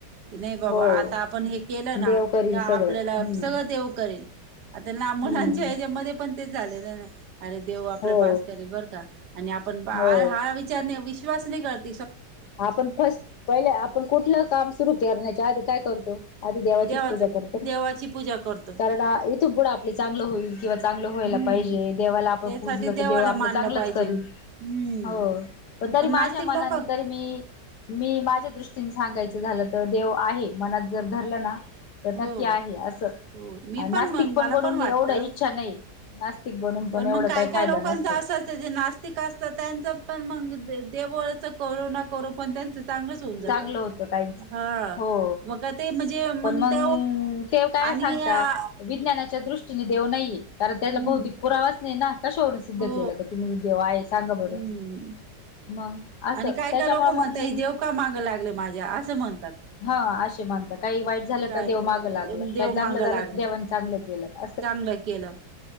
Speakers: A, on the right; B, on the left.
A: कि नाही बाबा
B: हो
A: आता आपण हे केलं
B: देव
A: ना
B: करील
A: तर आपल्याला
B: सगळं हम्म
A: सगळं देव करेल. त्यांनला मुलांच्या
B: हम्म
A: हेच्यामध्येध्ये पण तेच झालेलं अरे देव आपल्या
B: हो
A: पास करेल बरं का. आणि आपण बाळ
B: हो
A: हा विचार नाही, विश्वास नाही करत.
B: आपण फस्ट पहिले आपण कुठलं काम सुरू करण्याच्या आधी काय करतो. आधी देवाचीच
A: देवाच
B: पूजा करतो ना
A: देवाची पूजा करतो
B: कारण इथून पुढं आपले चांगलं होईल. किंवा चांगलं व्हायला
A: हम्म
B: पाहिजे, देवाला आपण
A: त्यासाठी
B: पुजलं
A: देवाला
B: तर देव आपलं
A: मानलं
B: चांगलंच
A: पाहिजे
B: करील.
A: हम्म
B: हो पण तरी माझ्या
A: नास्तिक
B: मनानी
A: लोक
B: तरी मी. मी माझ्या दृष्टीने सांगायचं झालं तर देव आहे, मनात जर धरलं ना. तर
A: हो
B: नक्की आहे, असं
A: हो मी
B: नास्तिक
A: मग
B: पण
A: मला
B: बनून एवढा
A: वाटतं
B: इच्छा नाही. नास्तिक बनून
A: पण
B: एवढं
A: मग काय
B: काही
A: काय
B: फायदा
A: लोकांच
B: नसतो
A: असंच जे नास्तिक असतात त्यांच पण मग दे. ते करू ना करू पण त्यांच. चांगलच होऊन जात
B: चांगलं होतं काहीच
A: ह
B: हो
A: मग काय ते. मग
B: पण मग
A: ते
B: ते काय
A: आणि
B: सांगता
A: हा
B: विज्ञानाच्या दृष्टीने. देव नाहीये कारण त्याला
A: हम्म
B: भौतिक पुरावाच नाही ना कशावरून. सिद्ध
A: हो
B: केलं का तुम्ही देव आहे सांगा
A: हम्म
B: बरं. मग असं
A: आणि काय
B: त्याच्यामुळे
A: काय लोक म्हणताय
B: मंग.
A: देव का मागं लागले माझ्या असं म्हणतात
B: हा असे म्हणतात, काही वाईट झालं
A: काय
B: का देव माग लागलं,
A: देव
B: काही चांगलं
A: मागं
B: झालं
A: लागले
B: तर देवानी चांगलं केलं का.
A: चांगलं केलं